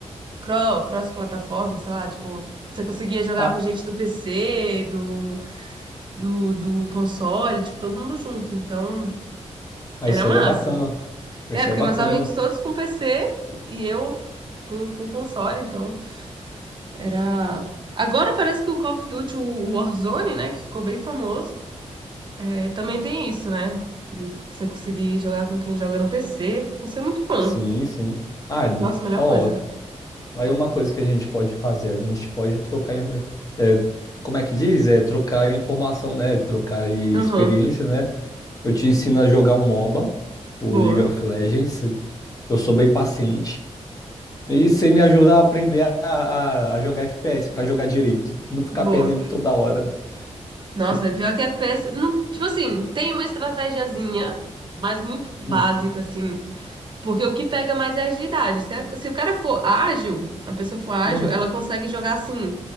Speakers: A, on the right; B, on the left.
A: cro- cross-plataforma, sei lá, tipo, você conseguia jogar
B: Ah,
A: com gente do PC, do, do, do console, tipo, todo mundo junto. Então,
B: ah,
A: era
B: isso
A: massa.
B: aí é bacana. Isso
A: É, porque
B: aí é bacana.
A: meus amigos todos com PC e eu com, com console, então era. Agora parece que o Call of Duty, o o Warzone, né, que ficou bem famoso, é, também tem isso, né? De você conseguir jogar com quem joga no PC. Isso é muito bom.
B: Sim, sim. Ah,
A: Nossa, melhor
B: ó,
A: coisa.
B: Aí uma coisa que a gente pode fazer, a gente pode trocar, in- é, como é que diz? É trocar informação, né? Trocar e
A: Aham,
B: experiências, né? Eu te ensino a jogar um MOBA, o
A: boa,
B: League of Legends. Eu sou bem paciente. E você me ajuda a aprender a, a- a jogar FPS para jogar direito, não ficar
A: boa.
B: perdendo toda hora.
A: Nossa,
B: Que...
A: é pior que FPS. Não, tipo assim, tem uma estratégiazinha, mas muito básica,
B: Hum.
A: assim. Porque o que pega mais é a agilidade. Se, a- se o cara for ágil, a pessoa for ágil,
B: Uhum.
A: ela consegue jogar assim,